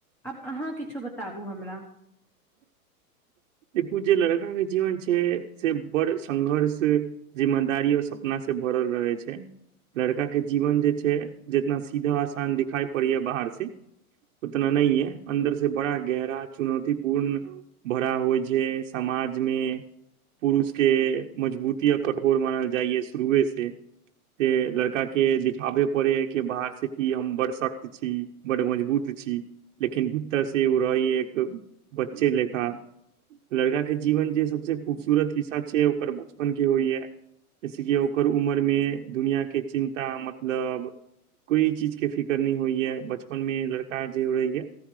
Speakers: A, in the centre; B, on the right.
A: आब अहाँ किछो बताबू हमरा
B: <inaudible> एकू जे लड़का के जीवन छै से बड़ संघर्ष जिमदारी सपना भरल रहै छै लड़काके जीवन जे छै जितना सीधा आसान दिखाइ पड़ैए बाहरसँ उतना नहि है अन्दर से बड़ा गहरा चुनौतीपूर्ण भरा हो जे समाजमे पुरुषके मजबूति कठोर मानल जाए शुरुए से से लड़का के दिखाबे पड़ै है कि बाहर से कि हम बड़ सक्त छी बड़ मजबूत छी लेकिन भीतरसँ ओ रहै एकदम बच्चे लेखा लड़काके जीवन जे सबसे खूबसूरत हिस्सा छै ओकर बचपन जे होइ है जैसेक कि ओकर उमरमे दुनिआँके चिन्ता मतलब कोइ चीजके फिकर नहि होइए बचपनमे लड़का जे होइए